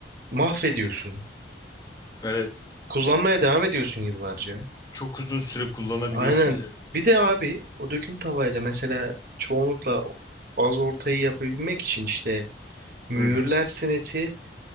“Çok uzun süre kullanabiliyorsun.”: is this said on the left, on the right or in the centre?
Left